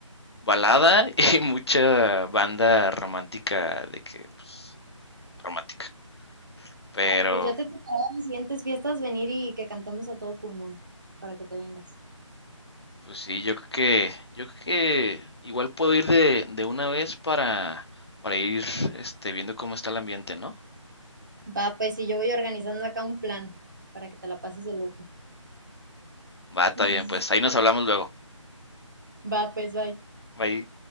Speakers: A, on the left (about 50°); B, on the right (about 35°).
A: balada <laughs> y mucha banda romántica, de que, pues, romántica. Pero,
B: Ay, pues ya te tocará en las siguientes fiestas venir y que cantemos a todo pulmón para que te vengas.
A: pues sí, yo creo que, yo creo que igual puedo ir de, de una vez para, para ir, este, viendo cómo está el ambiente, ¿no?
B: Va, pues, y yo voy organizando acá un plan para que te la pases de lujo.
A: Va, está
B: <laughs>
A: bien, pues ahí nos hablamos luego.
B: Va, pues, bye.
A: Bye.